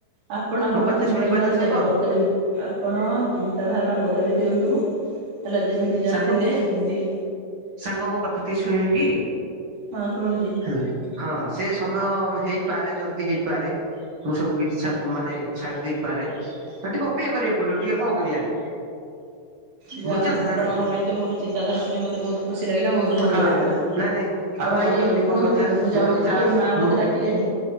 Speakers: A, on the right; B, on the right.
A: ଆପଣ ଆପଣଙ୍କ
B: ମୋ କଥା
A: ଚିନ୍ତାଧାରା
B: ଶୁଣି ପାରୁଛନ୍ତି ସାଙ୍ଗ
A: ବଦଳି ଆପଣ ଚିନ୍ତାଧାରା ଟା ବଦଳେଇ ଦିଅନ୍ତୁ ହେଲା ଯେମିତି ଯାହା
B: ସାଙ୍ଗ
A: ଥିଲେ ସେମିତି।
B: ସାଙ୍ଗ ମୋ କଥା ଟି ଶୁଣିବେ କି?
A: ହଁ ଶୁଣୁଛି।
B: ହଲୋ ହଁ ସେ ସମୟ ମ ହେଇ ପାରେ ଜଲଦି ହେଇପାରେ ମୁଁ ସବୁ କିଛି ଛାଡ ମାନେ ଛାଡି ଦେଇପାରେ ଆଁ ଟିକେ ଅ ଅପେକ୍ଷା କରିବାକୁ ପଡିବ ଟିକେ ଆଉ କଣ କରିବା?
A: ଯାହା
B: ବୁଝୁଛନ୍ତି
A: ହଉ ଆପଣଙ୍କର
B: ନା ନାଇଁ
A: ଏତେ ଭଲ ଚିନ୍ତାଧାରା ଶୁଣି ମତେ ବହୁତ ଖୁସି ଲାଗିଲା ବହୁତ ଭଲ
B: ହଁ
A: ଲାଗିଲା
B: ନାଇଁ ନାଇଁ
A: ଆଉ ଭାଇ
B: ତମେ ଯଦି
A: ଶୁଣନ୍ତୁ
B: ମୋ କଥା
A: ଟିକେ ମୁଁ ଯାଉଛି
B: ମୋ କଥା
A: ଟିକେ ମା ମତେ
B: ମୋ
A: ଡାକିଲେଣି।